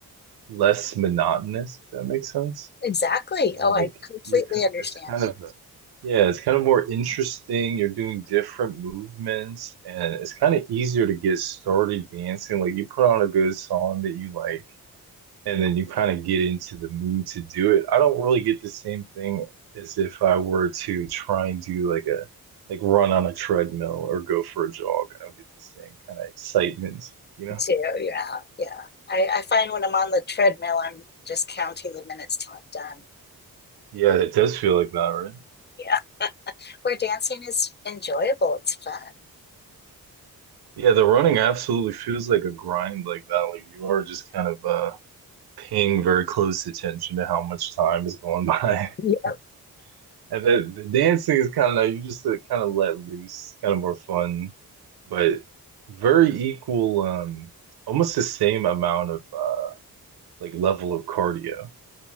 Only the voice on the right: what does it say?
less monotonous, if that makes sense.
And,
like
you're kind
it's kind of a- yeah, it's kind of more interesting. You're doing different movements and it's kind of easier to get started dancing. Like you put on a good song that you like and then you kind of get into the mood to do it. I don't really get the same thing as if I were to try and do like a like run on a treadmill or go for a jog. I don't get the same kind of excitement, you know?
Yeah, it does feel like that, right?
Yeah, the running absolutely feels like a grind like that. Like you are just kind of uh paying very close attention to how much time is going by.
<laughs> And the, the dancing is kind of you just like, kind of let loose, kind of more fun, but very equal, um almost the same amount of uh like level of cardio.